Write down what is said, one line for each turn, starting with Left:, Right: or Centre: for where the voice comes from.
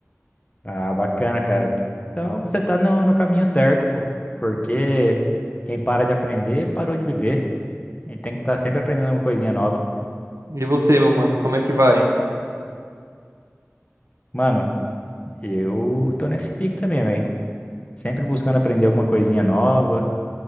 Left: Ah, bacana, cara. Então, você tá no, no caminho certo, pô. Porque quem para de aprender, parou de viver. Ele tem que estar sempre aprendendo alguma coisinha nova.
Right: E você, meu mano, como é que vai?
Left: Mano, eu tô nesse pique também, velho. Sempre buscando aprender alguma coisinha nova,